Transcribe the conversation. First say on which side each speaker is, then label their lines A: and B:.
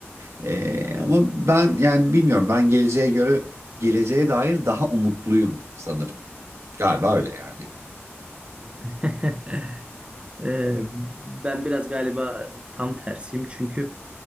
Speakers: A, on the right; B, on the right.
A: Ee, ama ben yani bilmiyorum ben geleceğe göre geleceğe dair daha umutluyum sanırım. Galiba öyle yani.
B: <laughs> Ee, ben biraz galiba tam tersiyim çünkü